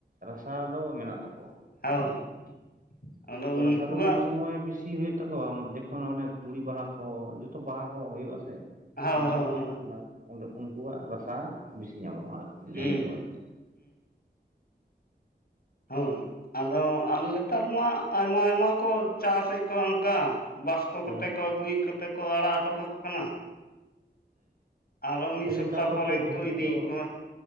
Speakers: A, on the right (about 50°); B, on the left (about 60°).
A: ᱨᱟᱥᱟ ᱫᱚ ᱢᱮᱱᱟᱜ ᱛᱚᱠᱚᱭᱟ᱾
B: ᱦᱳᱭ ᱟᱫᱚ ᱩᱱᱠᱩᱣᱟᱜ
A: ᱨᱟᱥᱟ ᱫᱚ ᱩᱱ ᱥᱚᱢᱚᱭ ᱵᱮᱥᱤ ᱦᱩᱭᱩᱜ ᱛᱟᱠᱚᱣᱟ ᱡᱚᱠᱷᱚᱱ ᱚᱱᱮ ᱛᱩᱲᱤ ᱵᱟᱦᱟ ᱠᱚ, ᱡᱚᱛᱚ ᱵᱟᱦᱟ ᱠᱚ ᱦᱩᱭᱩᱜ ᱟ ᱥᱮ᱾
B: ᱦᱳᱭ
A: ᱩᱱᱥᱚᱢᱚᱭ
B: ᱦᱳᱭ ᱦᱳᱭ
A: ᱚᱱᱟ ᱚᱸᱰᱮ ᱩᱱᱠᱩᱣᱟᱜ ᱨᱟᱥᱟ ᱵᱮᱥᱤ ᱧᱟᱢᱚᱜᱼᱟ ᱟᱨᱠᱤ᱾ ᱞᱟᱹᱭ
B: ᱦᱩᱸ
A: ᱟᱠᱚ ᱟᱨᱠᱤ᱾
B: ᱦᱳᱭ ᱟᱫᱚ ᱟᱞᱮ ᱱᱮᱛᱟᱨ ᱢᱟ ᱟᱭᱢᱟ-ᱟᱭᱢᱟ ᱠᱚ ᱪᱟᱥᱮᱫ ᱠᱚᱣᱟ ᱚᱱᱠᱟ, ᱵᱟᱥᱠᱚ
A: ᱦᱩᱸ
B: ᱠᱚᱛᱮ ᱠᱚ ᱟᱹᱜᱩᱭᱮᱫ ᱠᱚ ᱛᱮᱠᱚ ᱟᱲᱟᱜ ᱦᱚᱴᱚ ᱠᱟᱠᱚ ᱠᱟᱱᱟ᱾ ᱟᱨᱚ ᱢᱤᱫ
A: ᱦᱮᱸ
B: ᱥᱚᱯᱛᱟᱦ
A: ᱱᱮᱛᱟᱨ ᱫᱚ
B: ᱯᱚᱨᱮ
A: ᱯᱚᱫᱽᱫᱷᱚᱛᱤ
B: ᱤᱫᱤᱭᱮᱫ
A: ᱠᱚ
B: ᱠᱚᱣᱟ